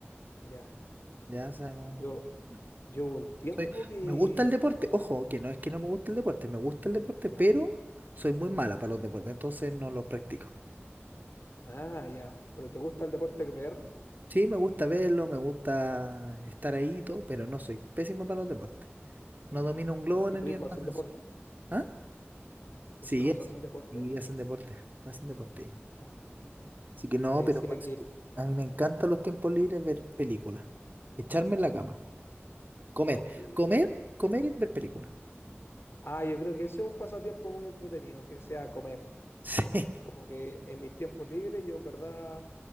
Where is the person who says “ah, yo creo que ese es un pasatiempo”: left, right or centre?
Left